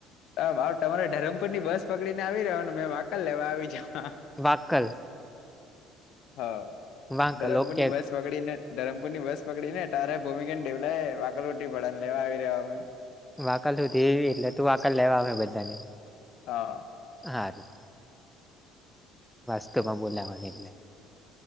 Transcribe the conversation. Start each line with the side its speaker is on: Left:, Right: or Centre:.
Left: અ <unintelligible> તમારે ધરમપુર ની બસ પકળી ને આવી રેવાનું મેં વાકલ લેવા આવી જવા.
Centre: વાકલ?
Left: હ
Centre: વાંકલ
Left: ધરમપુર
Centre: ઓકે
Left: ની બસ પકળીને ધરમપુરની બસ પકળીને તારે ભૂમિકાને, દેવલા એ વાંકલ હુધી ઉતરી પડાન, લેવા આવી રેવા અમે.
Centre: વાકલ હુધી એટલે તું વાકલ લેવા આવહે બધા ને.
Left: હા.
Centre: હારું વાસ્તુમાં બોલાવાની એટલે,